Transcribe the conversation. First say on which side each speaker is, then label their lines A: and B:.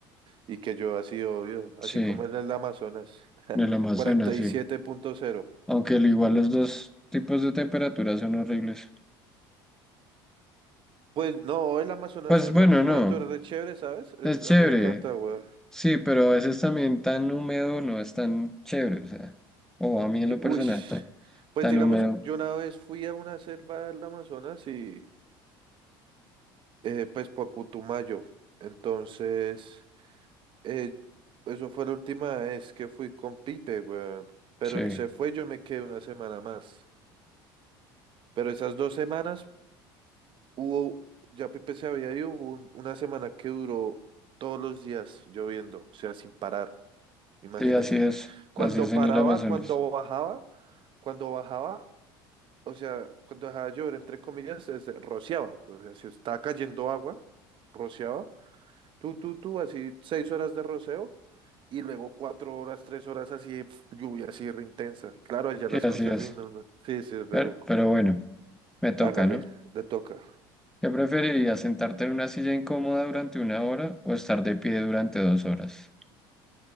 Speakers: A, on the right; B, in the centre.
A: Y que llueva así, obvio, así
B: Sí,
A: como en el Amazonas.
B: el Amazonas,
A: cuarenta y
B: sí.
A: siete punto cero
B: Aunque al igual los dos tipos de temperaturas son horribles.
A: Pues no, el Amazonas
B: Pues
A: es
B: bueno,
A: la temperatura
B: no,
A: de chévere, ¿sabes? Es-
B: es chévere.
A: a mí me encanta, güey.
B: Sí, pero a veces también tan húmedo no es tan chévere, o sea. O a mí en
A: Que-
B: lo personal,
A: Uy,
B: tan,
A: pues
B: tan
A: digamos,
B: húmedo.
A: yo una vez fui a una selva del Amazonas y eh, pues por Putumayo. Entonces, eh, eso fue la última vez que fui con Pipe, weón. Pero
B: Sí,
A: él se fue, yo me quedé una semana más. Pero esas dos semanas hubo, ya Pipe se había ido, hubo un- una semana que duró todos los días lloviendo, o sea, sin parar, imagínate.
B: sí, así es.
A: Cuando
B: Así es
A: paraba,
B: en el Amazonas.
A: cuando bajaba, cuando bajaba, o sea, cuando dejaba llover, entre comillas, se, rociaba, pues, o sea, se estaba cayendo agua, rociaba, tú, tú, tú, así seis horas de roceo y luego cuatro horas, tres horas así, pf, lluvia así re intensa. Y Claro, allá
B: Sí,
A: las
B: así
A: cosas
B: es.
A: de no, no, sí, sí, re
B: Pero,
A: loco.
B: pero bueno, me toca,
A: Hágale,
B: ¿no?
A: le toca,
B: ¿Qué preferirías, sentarte en una silla incómoda durante una hora o estar de pie durante dos horas?